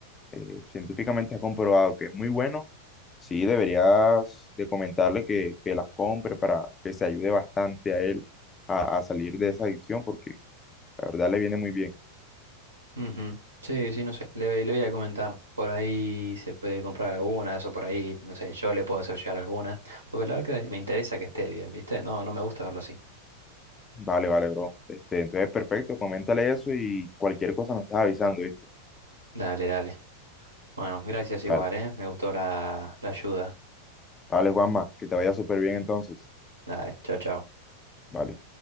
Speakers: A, on the left (about 20°); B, on the right (about 80°).
A: eh, científicamente ha comprobado que es muy bueno. Sí, deberías de comentarle que, que las compre para que se ayude bastante a él a, a salir de esa adicción, porque la verdad le viene muy bien.
B: Ujú. Sí, sí, no sé. Le, le voy a comentar. Por ahí se puede comprar algunas, o por ahí, no sé, yo le puedo hacer llegar algunas. Porque la verdad que me interesa que esté bien, ¿viste? No, no me gusta verlo así.
A: Vale, vale, bro. Este, entonces, perfecto, coméntale eso y cualquier cosa me estás avisando, ¿viste?
B: Dale, dale. Bueno, gracias igual,
A: Vale,
B: ¿eh? Me gustó la, la ayuda.
A: vale, Juanma, que te vaya súper bien entonces.
B: Dale, chao, chao.
A: Vale.